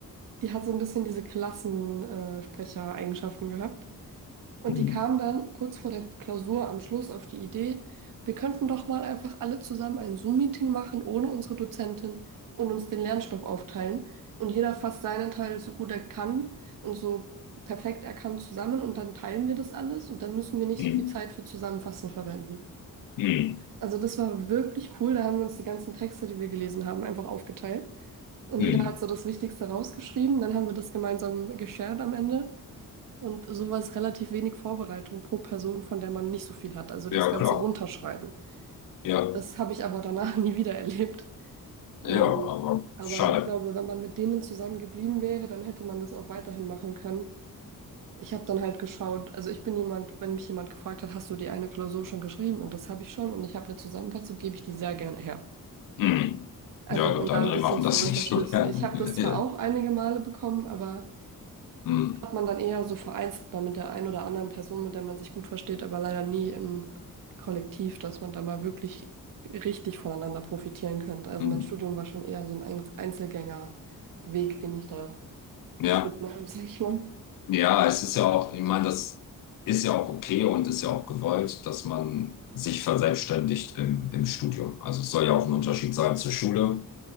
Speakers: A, on the right (about 70°); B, on the left (about 75°).
A: Die hat so ein bisschen diese Klassensprecher-Eigenschaften gehabt. Und
B: Mhm.
A: die kam dann kurz vor der Klausur am Schluss auf die Idee, wir könnten doch mal einfach alle zusammen ein Zoom-Meeting machen ohne unsere Dozentin und uns den Lernstoff aufteilen. Und jeder fasst seinen Teil so gut er kann und so perfekt er kann zusammen und dann teilen wir das alles und dann müssen wir nicht
B: Mhm.
A: so viel Zeit für Zusammenfassen verwenden.
B: Mhm.
A: Also das war wirklich cool. Da haben wir uns die ganzen Texte, die wir gelesen haben, einfach aufgeteilt. Und
B: Mhm.
A: jeder hat so das Wichtigste rausgeschrieben. Dann haben wir das gemeinsam geshared am Ende. Und so war es relativ wenig Vorbereitung pro Person, von der man nicht so viel hat. Also das
B: Ja,
A: Ganze
B: klar.
A: runterschreiben.
B: Ja.
A: Das habe ich aber danach <laughs> nie wieder erlebt.
B: Ja,
A: Ähm,
B: aber
A: aber
B: schade.
A: ich glaube, wenn man mit denen zusammen geblieben wäre, dann hätte man das auch weiterhin machen können. Ich habe dann halt geschaut, also ich bin jemand, wenn mich jemand gefragt hat, hast du die eine Klausur schon geschrieben? Und das habe ich schon und ich habe eine Zusammenfassung, gebe ich die sehr gerne her.
B: Hm.
A: Einfach
B: Ja,
A: um
B: gut,
A: da
B: andere
A: ein bisschen
B: machen
A: zu
B: das
A: unterstützen.
B: <laughs> nicht so gerne.
A: Ich habe das zwar auch einige
B: <laughs>
A: Male bekommen, aber
B: Ja. Hm.
A: hat man dann eher so vereinzelt mal mit der einen oder anderen Person, mit der man sich gut versteht, aber leider nie im Kollektiv, dass man da mal wirklich richtig voneinander profitieren könnte. Also
B: Hm.
A: mein Studium war schon eher so ein Einz- Einzelgängerweg, den ich da beschritten
B: Ja.
A: habe, <laughs> sag ich mal.
B: Ja, es ist ja auch, ich meine, das ist ja auch okay und ist ja auch gewollt, dass man sich verselbstständigt im, im Studium. Also es soll ja auch ein Unterschied sein zur Schule.